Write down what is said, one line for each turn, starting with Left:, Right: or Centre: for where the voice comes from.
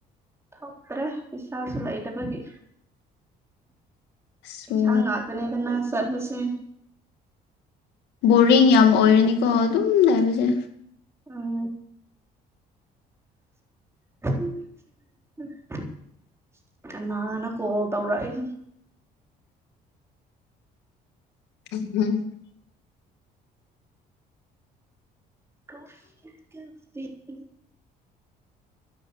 Right: ꯊꯣꯛꯇ꯭ꯔꯦ ꯄꯩꯁꯥꯁꯨ ꯂꯩꯇꯕꯒꯤ
Left: ꯑꯁ
Right: ꯄꯩꯁꯥ ꯉꯥꯛꯇꯅꯤꯗꯅ ꯆꯠꯄꯁꯦ
Left: ꯕꯣꯔꯤꯡ ꯌꯥꯝ ꯑꯣꯏꯔꯅꯤꯀꯣ ꯑꯗꯨꯝ ꯂꯩꯕꯁꯦ
Right: ꯑꯪ <unintelligible> ꯀꯅꯥꯅꯣ ꯀꯣꯜ ꯇꯧꯔꯛꯏꯁꯤꯅ
Left: <unintelligible>
Right: ꯀꫭ <unintelligible>